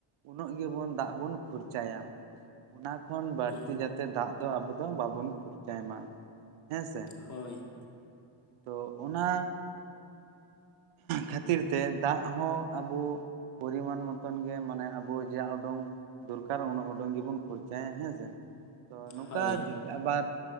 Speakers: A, on the right; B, on the left.
A: ᱩᱱᱟᱹᱜ ᱜᱮᱵᱚᱱ ᱫᱟᱜ ᱵᱚᱱ ᱠᱷᱚᱨᱪᱟᱭᱟ ᱚᱱᱟ ᱠᱷᱚᱱ ᱵᱟᱹᱲᱛᱤ
B: ᱦᱮᱸ
A: ᱡᱟᱛᱮ ᱫᱟᱜ ᱫᱚ ᱟᱵᱚ ᱫᱚ ᱵᱟᱵᱚᱱ ᱠᱷᱚᱨᱪᱟᱭ ᱢᱟ ᱦᱮᱸᱥᱮ
B: ᱦᱳᱭ
A: ᱛᱚ ᱚᱱᱟ ᱠᱷᱟᱹᱛᱤᱨ ᱛᱮ ᱫᱟᱜ ᱦᱚᱸ ᱟᱵᱚ ᱯᱚᱨᱤᱢᱟᱱ ᱢᱚᱛᱚᱱ ᱜᱮ ᱢᱟᱱᱮ ᱟᱵᱚ ᱡᱟ ᱩᱰᱩᱝ ᱫᱚᱨᱠᱟᱨ ᱩᱱᱟᱹᱜ ᱩᱰᱩᱝ ᱜᱮᱵᱚᱱ ᱠᱷᱚᱨᱪᱟᱭᱟ ᱦᱮᱸᱥᱮ ᱛᱚ ᱱᱚᱝᱠᱟ
B: ᱦᱳᱭ
A: ᱟᱵᱟᱨ